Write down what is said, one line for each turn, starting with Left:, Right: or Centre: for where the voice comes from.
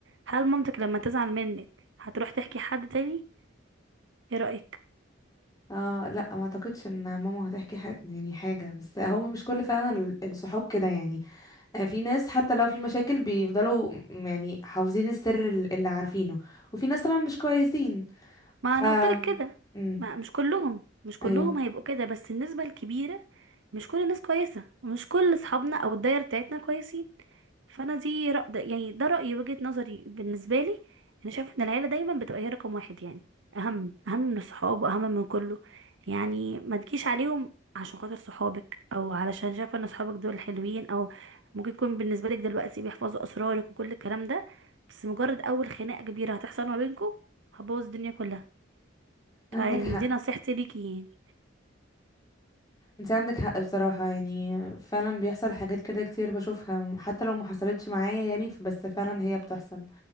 Right: هل مامتك لما تزعل منك هتروح تحكي حد تاني ايه رأيك
Left: اه لا ما اعتقدش ان ماما هتحكي حاجة يعني حاجة بس هما مش كل فعلا ال- الصحاب كده يعني آه، في ناس حتى لو في مشاكل بيفضلوا م- يعني حافظين السر ال- اللي عارفينه وفي ناس طبعا مش كويسين
Right: ما
Left: ف
Right: انا قلت لك كده
Left: مم.
Right: ما مش كلهم مش كلهم
Left: ايوه
Right: هيبقوا كده بس النسبة الكبيرة مش كل الناس كويسة ومش كل اصحابنا او الدايرة بتاعتنا كويسين فانا دي رأ... ده- يعني ده رأيي وجهة نظري بالنسبة لي انا شايفة ان العيلة دايما بتبقى هي رقم واحد يعني اهم اهم من الصحاب واهم من كله يعني ما تجيش عليهم عشان خاطر صحابك او علشان شايفة ان صحابك دول حلوين او ممكن يكون بالنسبة لك دلوقتي بيحفظوا اسرارك وكل الكلام ده بس مجرد اول خناقة كبيرة هتحصل ما بينكم هتبوظ الدنيا كلها
Left: عندك
Right: فيعني
Left: حق
Right: دي نصيحتي ليكي يعني
Left: انت عندك حق بصراحة يعني فعلا بيحصل حاجات كده كتير بشوفها حتى لو ما حصلتش معايا يعني ف- بس فعلا هي بتحصل